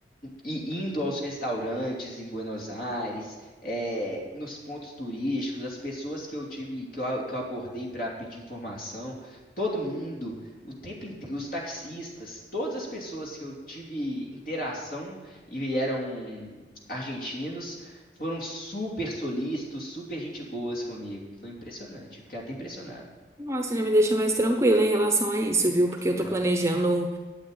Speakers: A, on the left (about 50°); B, on the right (about 15°).
A: e indo aos restaurantes em Buenos Aires, eh, nos pontos turísticos, as pessoas que eu tive, que eu, a- que eu abordei para pedir informação, todo mundo, o tempo inteiro, os taxistas, todas as pessoas que eu tive interação e eram argentinos, foram super solícitos, super gente boas comigo. Foi impressionante, fiquei até impressionado.
B: Nossa, já me deixa mais tranquila em relação a isso, viu? Porque eu
A: né?
B: tô planejando.